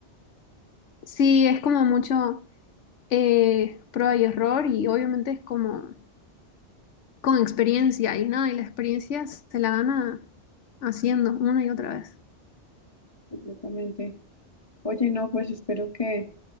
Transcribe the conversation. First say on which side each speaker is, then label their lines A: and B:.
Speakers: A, on the left; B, on the left.
A: Sí, es como mucho... eh, prueba y error y obviamente es como con experiencia y nada, y la experiencia se la gana haciendo una y otra vez.
B: Completamente. Oye, no, pues espero que